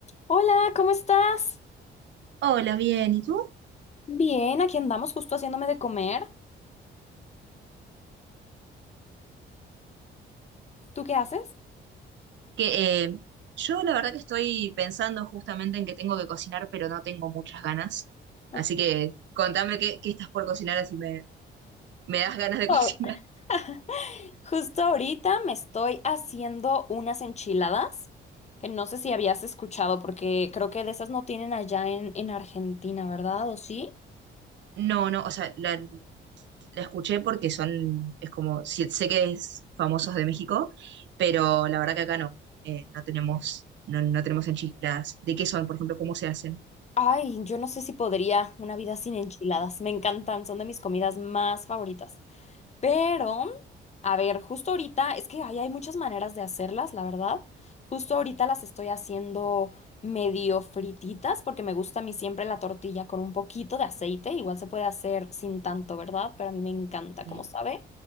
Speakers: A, on the left; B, on the right.
A: Hola, ¿cómo estás?
B: Hola, bien, ¿y tú?
A: Bien, aquí andamos justo haciéndome de comer. ¿Tú qué haces?
B: Que eh, yo la verdad que estoy pensando justamente en que tengo que cocinar, pero no tengo muchas ganas.
A: Ok.
B: Así que contame qué, qué estás por cocinar, así me, me das ganas de
A: Oh.
B: <laughs> cocinar.
A: <laughs> Justo ahorita me estoy haciendo unas enchiladas, que no sé si habías escuchado, porque creo que de esas no tienen allá en, en Argentina, ¿verdad? ¿O sí?
B: No, no, o sea, la, la escuché porque son, es como, sí, sé que es famosos de México, pero la verdad que acá no, eh, no tenemos, no, no tenemos enchiladas. ¿De qué son, por ejemplo, cómo se hacen?
A: Ay, yo no sé si podría una vida sin enchiladas. Me encantan, son de mis comidas más favoritas. Pero, a ver, justo ahorita, es que ahí hay muchas maneras de hacerlas, la verdad. Justo ahorita las estoy haciendo medio frititas porque me gusta a mí siempre la tortilla con un poquito de aceite. Igual se puede hacer sin tanto, ¿verdad? Pero a mí me encanta,
B: Ok,
A: como sabe.